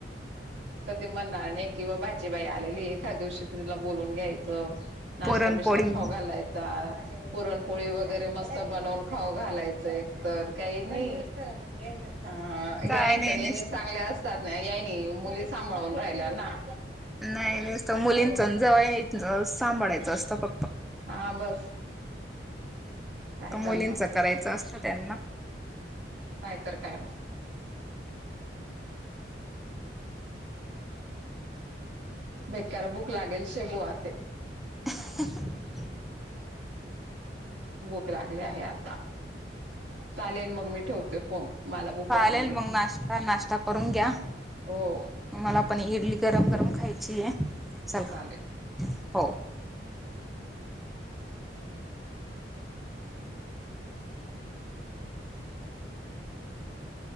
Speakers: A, on the right; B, in the centre.
A: कधी म्हणणार नाही किंवा बाची बाई आलेली एखाद्यावशी तिला बोलून घ्यायचं नाश्ता
B: पुरणपोळी
A: बिस्ता खाऊ घालायचा पुरणपोळी वगैरे मस्त बनवून खाऊ घालायचं एकतर. काही नाहीईन
B: काय नाही
A: नेहमी
B: नुसतं
A: चांगल्या अस. तात ना या नाही मुली सांभाळून राहिल्या ना.
B: नाही नाहीत मुलींच
A: हो
B: जवळनी
A: मग
B: सांभाळायचं असतं फक्त.
A: हा बस. काय
B: तर मुलींचं
A: करणार
B: करायचं असतं त्यांना
A: नाहीतर काय मग. बेकार बुक लागेल शेबूहते.
B: ह ह.
A: बुक लागले आहे आता चालेल मग मी ठेवते फोन. मला भूक लागली
B: चालेल मग नाश्ता नाश्ता करून घ्या.
A: हो.
B: मला पण इडली गरम गरम खायची आहे चला.
A: चालेल
B: हो.
A: ह.